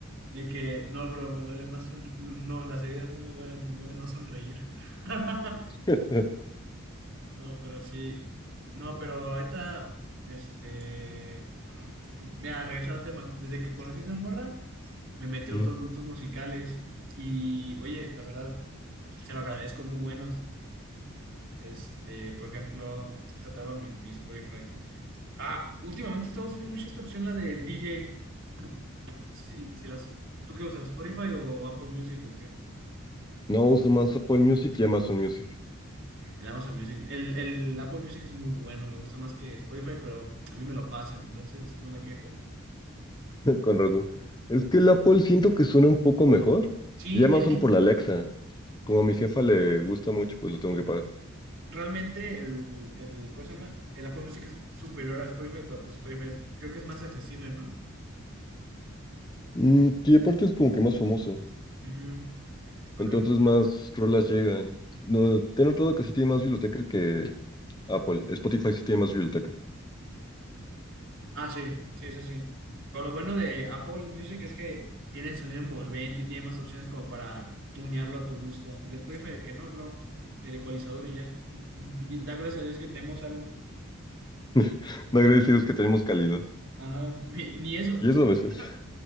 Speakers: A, on the right; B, on the left.
A: de que, no, bro, me duele más sonreír. No, no, las heridas no me duelen, me duele más sonreír. <laughs>
B: <laughs>
A: No, pero sí. No, pero ahorita, este, mira, regresando al tema, desde que conocí a esa morra, me metió
B: Mm.
A: a otros gustos musicales y, oye, la verdad, se lo agradezco, muy buenos. Este, por ejemplo, se mi, mi Spotify. Ah, últimamente he estado usando mucho esta opción, la del DJ. No sé si, si la usas. ¿Tú qué usas? ¿Spotify o Apple Music o qué?
B: No uso más Apple Music y Amazon Music.
A: El Amazon Music. El, el Apple Music es muy bueno, me gusta más que Spotify, pero a mí me lo pasan, entonces no me quejo.
B: <laughs> Con razón. Es que el Apple siento que suena un poco mejor.
A: Sí,
B: Y Amazon
A: eh, eh,
B: por la Alexa. Como a mi jefa le gusta mucho, pues lo tengo que pagar.
A: realmente el, el, ¿cómo se llama? El Apple Music es superior a Spotify, pero pues Spotify es- creo que es más accesible, ¿no?
B: Mm, y aparte es como que más famoso.
A: Ujú. Por
B: Entonces
A: ejemplo,
B: más rolas llegan. No, te he notado que sí tiene más biblioteca que Apple. Spotify sí tiene más biblioteca.
A: Ah, sí, sí, eso sí. Pero lo bueno de Apple Music es que tiene sonido envolvente y tiene más opciones como para tunearlo a tu gusto. El Spotify de que no, bro. El ecualizador y ya. <laughs> Da gracias a Dios que tenemos algo.
B: <laughs> No agradecidos que tenemos calidad.
A: Ajá. Ni ni eso.
B: Y
A: ¿Supiste
B: eso a veces.
A: que van a,